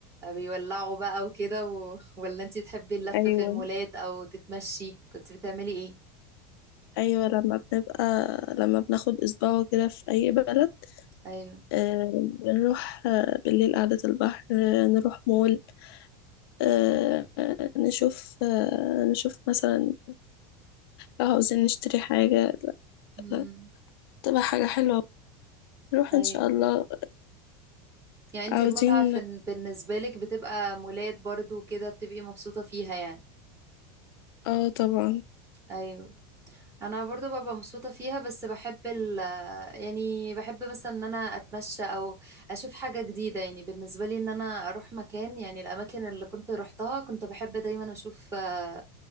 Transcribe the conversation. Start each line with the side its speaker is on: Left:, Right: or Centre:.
Right: بيولعوا بقى وكده و... <laughs> ولا انتي تحبي اللف
Left: أيوه
Right: في المولات او تتمشي كنت بتعملي ايه
Left: أيوه لما بنبقى لما بناخد أسبوع كده في أي بلد
Right: ايوه
Left: آه بنروح آه بالليل قعدة البحر آه نروح مول آه آه، نشوف آه نشوف مثلا لو عاوزين نشتري حاجة
Right: امم
Left: لا، تبقى حاجة حلوة نروح
Right: ايوه
Left: إن شاء الله
Right: يعني انتي
Left: عاوزين
Right: المتعة في... بالنسبة لك بتبقى مولات برضو وكده بتبقي مبسوطة فيها يعني
Left: اه طبعا
Right: ايوه انا برضو ببقى مبسوطه فيها بس بحب ال يعني بحب مثلا ان انا اتمشى او اشوف حاجه جديده يعني بالنسبه لي ان انا اروح مكان يعني الاماكن اللي كنت روحتها كنت بحب دايما اشوف آه،